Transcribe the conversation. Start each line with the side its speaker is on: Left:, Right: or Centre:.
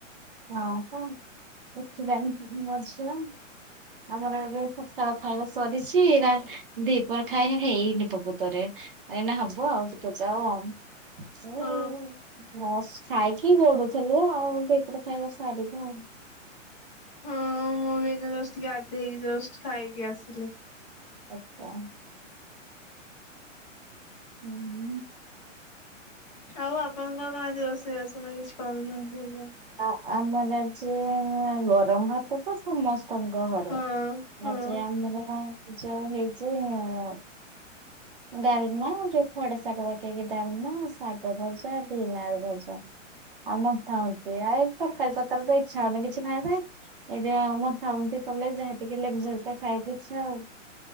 Right: ଆଉ କଣ ଉଠିଲାଣି ମୋଝିଅ। ଆମର ଏବେ ସକାଳ ଖାଇବା ସରିଛି ରା ଦିପର ଖାଇବା ହେଇନି ପ୍ରକୃତରେ। ଏଇନା ହବ ଆଉ ଟିକେ ଯାଉ ଆଉ। ମୁଁ
Left: ଓ
Right: ଜଷ୍ଟ ଖାଇକି ଗଡ଼ୁଥିଲୁ ଆଉ ଟି ଏପଟ ଖାଇବା ସାରିବୁ ଆଉ।
Left: ହଁ ମୁଁବି ଏଇନା ଜଷ୍ଟ ଟିକେ ଗାଧେଇକି ଜଷ୍ଟ୍ ଖାଇକି ଆସିଲି।
Right: ଆଚ୍ଛା। ହୁଁ ହୁଁ।
Left: ଆଉ ଆପଣଙ୍କ କଣ ଆଜି ରୋଷେଇ ବାସ ନାକିଛି କରିନାହାନ୍ତି ଏଇଯାଏ?
Right: ଆ ଆମର ଆଜି ଗରମ ଭାତତ ସମସ୍ତଙ୍କ ଘରେ
Left: ହଁ
Right: ଆ
Left: ହଁ
Right: ଆଜି ଆମର ସିଝା ହେଇଚି ଆଉ। ଡ଼ାଲମା ଯୋଉ ଖଡ଼ା ଶାଗ ପକେଇକି ଡ଼ାଲମା ଶାଗ ଭଜା ବିନ୍ ଆଳୁ ଭଜା। ଆମରଥାନ୍ତି ଆ ତରକାରୀ ପତରତ ଇଚ୍ଛା ହଉନି କିଛି ଖାଇବାପାଇଁ। ଏଇଟି ଆମ ଥାଉନ୍ତି କଲେଜ୍ ଯାହା ଟିକେ ଲେମ୍ଵୁ ଫେମ୍ବୁ ଖାଇବାକୁ ଇଛା ଆଉ।